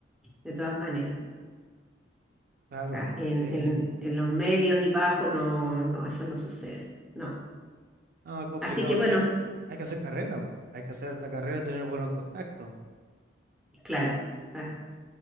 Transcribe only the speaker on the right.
Claro,
sí.
Ah, complicado,
es que hay que hacer carrera, po. hay que hacer esta carrera, tener buenos contactos,